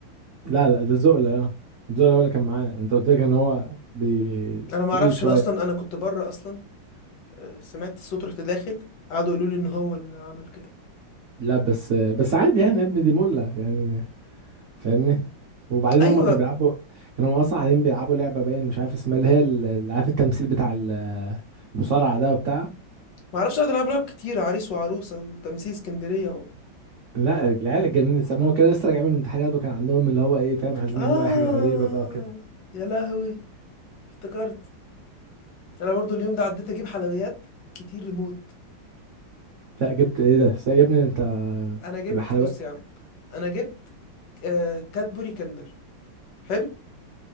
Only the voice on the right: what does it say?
لا لا ده زقلة اه زقلة هو اللي كان معاه انت قلت لك ان هو بي...
تقيل
شوية
لا بس بس عادي يعني يا ابني دي ملة يعني فاهمني وبعدين
هم كانوا بيلعبوا كانوا اصلا قاعدين بيلعبوا لعبة باين مش عارف اسمها اللي هي ال- اللي عارف التمثيل بتاع ال- المصارعة ده وبتاع
لا العيال اتجننت ما هو كان لسه راجع من الامتحانات وكان عندهم اللي هو ايه فاهم عايزين
يعملوا اي حاجة غريبة بقى وكده
لا جبت ايه ده يا ابني انت
الحلويات